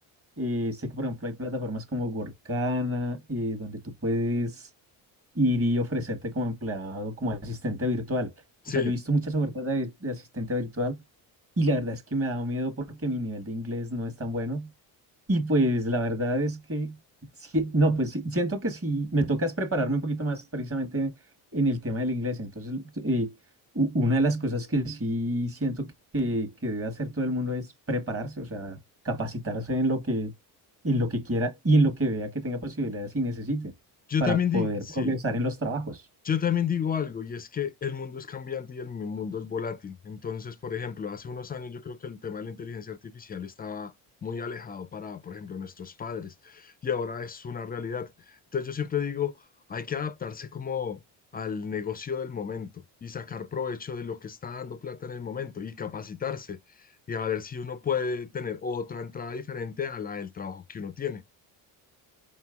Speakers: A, on the right; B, on the left.
A: eh, sé que por ejemplo hay plataformas como Workana, eh, donde tú puedes ir y ofrecerte como empleado, como asistente virtual,
B: Sí,
A: o sea, yo he visto muchas ofertas de de asistente virtual y la verdad es que me ha dado miedo porque mi nivel de inglés no es tan bueno. Y pues la verdad es que, sí- no, pues sí, siento que si me toca es prepararme un poquito más precisamente en, en el tema del inglés. Entonces, eh, u- una de las cosas que sí siento que, que debe hacer todo el mundo es prepararse, o sea, capacitarse en lo que, en lo que quiera y en lo que vea que tenga posibilidades y necesite
B: yo
A: para
B: también
A: poder
B: di, sí.
A: progresar en los trabajos.
B: Yo también digo algo, y es que el mundo es cambiante y el mundo es volátil. Entonces, por ejemplo, hace unos años yo creo que el tema de la inteligencia artificial estaba muy alejado para, por ejemplo, nuestros padres, y ahora es una realidad. Entonces, yo siempre digo, hay que adaptarse como al negocio del momento y sacar provecho de lo que está dando plata en el momento y capacitarse y a ver si uno puede tener otra entrada diferente a la del trabajo que uno tiene.